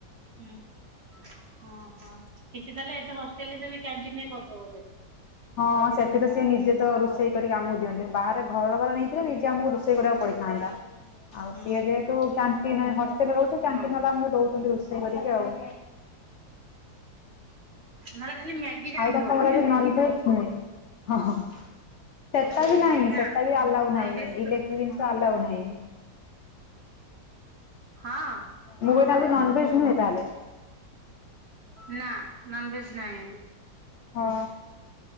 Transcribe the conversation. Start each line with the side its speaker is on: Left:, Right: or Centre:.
Right: ନା ହଁ, ହଁ କିଛି ତାହେଲେ ଏବେ ହଷ୍ଟେଲ୍ ରେ ସେ ବି କ୍ୟାଣ୍ଟିନ ରେ ଖାଉଥୁବ ବୋଧେ।
Left: ହଁ ସେଠି ତ ସିଏ ନିଜେ ତ ରୋଷେଇ କରିକି ଆମକୁ ଦିଅନ୍ତି। ବାହାରେ ଘର ଭଡା ନେଇଥିଲେ ନିଜେ ଆମକୁ ରୋଷେଇ କରିବାକୁ ପଡିଥାନ୍ତା। <inaudible> ଆଉ
Right: ହୁଁ
Left: ସିଏ ଯେହେତୁ କ୍ୟାଣ୍ଟିନି ହଷ୍ଟେଲ୍ ରେ ରହୁଛୁ।
Right: ହଁ
Left: କ୍ୟାଣ୍ଟିନ୍
Right: ହଁ
Left: ବାଲା ଆମକୁ ଦଉଚନ୍ତି ରୋଷେଇ କରିକି ଆଉ। ଓ ହଁ,
Right: ନହେଲେ ଖାଲି ମ୍ୟାଗି ଜାଣିଥିବ
Left: ଆଉ <unintelligible>
Right: କରିବାକୁ
Left: ନ ନିଜେ ହେଇଛି। ନାଇଁ ହଁ, ହଁ, ସେଟା ବି ନାହିଁ,
Right: ନା
Left: ସେଟା ବି ଆଲାଉ
Right: ନନଭେଜ
Left: ନାହିଁ। ଇଲେ ଟ୍ରି ଦିନିଷ ଆଲଉ ନାହିଁ।
Right: ହଁ
Left: ମୁଁ
Right: ଓହୋ
Left: କହିନି ଆଜି ନନଭେଜ୍ ନୁହଁ ତାହାଲେ?
Right: ନା ନନଭେଜ୍ ନାହିଁ ଆଜି।
Left: ହଁ।